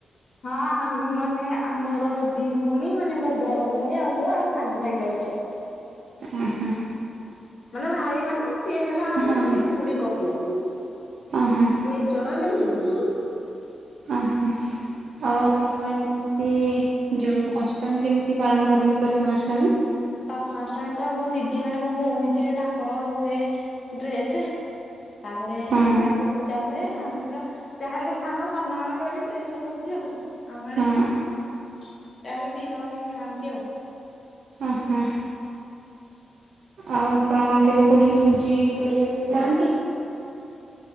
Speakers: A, on the left; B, on the right.
A: ହଁ, ମାନେ ମୋର ଦି ଭଉଣୀ ମାନେ ମୋ ବଡ ଭଉଣୀ ଆଉ ମୁଁ ଆଉ ସାନ ଭାଇଟିଏ ଅଛି।
B: ଓହୋଃ।
A: ମାନେ ଭାଇ ମାନେ ସିଏ ହେଲା ହଉଛି
B: ହଁ
A: ଖୁଡିଙ୍କ ପୁଅ।
B: ଓହୋ
A: ନିଜର ନୁହେଁ।
B: ଓହୋଃ, ଆଉ ଆପଣଙ୍କ ଆଡେ କେମିତି ଯେଉଁ ଅଷ୍ଟମୀ କେମିତି ପାଳନ କରନ୍ତି ପ୍ରଥମା ଅଷ୍ଟମୀ?
A: ତ ଫାଷ୍ଟ ହେଲା ତ ଆମ ଦିଦି ମାନେ ମୋ ଭଉଣୀ ଯିଏ ତାଙ୍କର ହୁଏ ଡ୍ରେସ୍ ତାପରେ
B: ହଁ
A: ତାଙ୍କୁ ପୂଜା ହୁଏ। ଆମେ ତ ଯାହାହେଲେ ସାନ, ସାନ ମାନଙ୍କର ବି ଡ୍ରେସ ହଉଛି ଆଉ ଆମ
B: ହଁ
A: ଆଡେ। ଯାହା ହେଲେ ଦି ଜଣଙ୍କ ପାଇଁ କିଣା ହଉଛି ଆଉ।
B: ଓ ହ ଆଉ। ଆପଣ କେବେ କୋଉଠି ଭୋଜି କରିବାକୁ ଯାଆନ୍ତି।